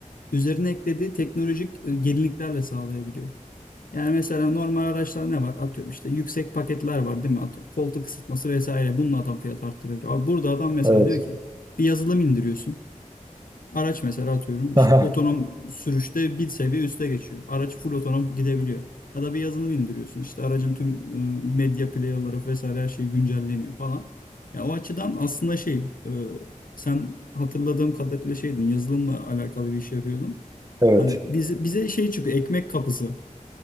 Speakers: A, on the left; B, on the right.
A: Üzerine eklediği teknolojik e, yeniliklerle sağlayabiliyor. Yani mesela normal araçlar ne var? Atıyorum işte yüksek paketler var değil mi? Atıyorum koltuk ısıtması vesaire. Bununla adam fiyat arttırabiliyor. Abi burada adam mesela
B: Evet.
A: diyor ki bir yazılım indiriyorsun. Araç mesela atıyorum işte
B: <laughs>
A: otonom sürüşte bir seviye üste geçiyor. Araç full otonom gidebiliyor. Ya da bir yazılım indiriyorsun işte aracın tüm e, medya player'ları vesaire her şey güncelleniyor falan. Ya o açıdan aslında şey e, sen hatırladığım kadarıyla şeydin yazılımla alakalı bir iş yapıyordun.
B: Evet.
A: Hani bize, bize şey çıkıyor ekmek kapısı.